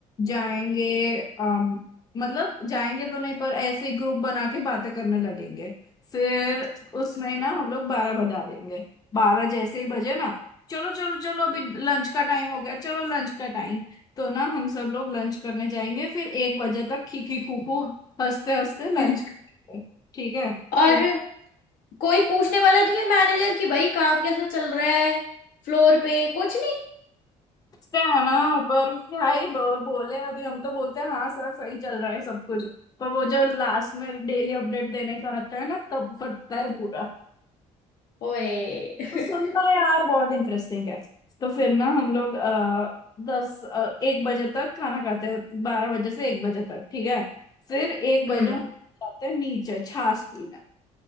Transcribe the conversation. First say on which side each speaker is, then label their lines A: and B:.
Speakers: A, on the left; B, on the left.
A: जाएंगे अम, मतलब जाएंगे तो नहीं पर ऐसे ही ग्रुप बना के बातें करने लगेंगे फिर उसमें ना हम लोग बारह बजा देंगे बारह जैसे ही बजे ना चलो चलो चलो अभी लंच का टाइम हो गया चलो लंच का टाइम तो ना हम सब लोग लंच करने जाएंगे फिर एक बजे तक खीखी खूखू हंसते हंसते लंच
B: <laughs>
A: करेंगे ठीक है
B: और
A: फिर
B: कोई पूछने वाला नहीं है मैनेजर की भाई काम कैसा चल रहा है फ्लोर पे कुछ नहीं
A: सोचते हैं ना पर क्या ही ब- बोले अभी हम तो बोलते हैं हाँ सर सही चल रहा है सब कुछ पर वो जो लास्ट में डेली अपडेट देने का आता है ना तब फटता है पूरा
B: ओए <laughs>
A: तो सुनना यार बहुत इंटरेस्टिंग है तो फिर ना हम लोग आ, दस अ, एक बजे तक खाना खाते हैं बारह बजे से एक बजे तक ठीक है फिर एक बजे
B: हम्म
A: हम जाते हैं नीचे छाछ पीने